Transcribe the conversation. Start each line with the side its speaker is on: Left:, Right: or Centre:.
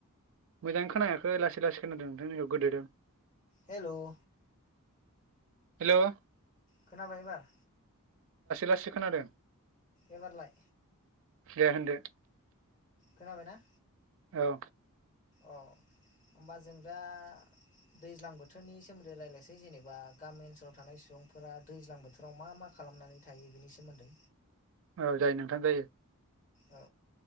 Right: मोजां खोनायाखै लासै लासै खोनादों नोंथांनिखौ गोदोदों
Left: हेल'
Right: हेल'
Left: खोनाबाय एबार
Right: लासै खोनादों
Left: एबारलाय
Right: दे होनदो
Left: खोनाबायना
Right: औ
Left: औ होनबा जों दा दैज्लां बोथोरनि सोमोन्दै रायज्लायसै जेनेबा गामि ओनसोलाव थानाय सुबुंफोरा दैज्लां बोथोराव मा मा खालाम खालामनानै थायो बिनि सोमोन्दै
Right: औ जायो नोंथां जायो
Left: औ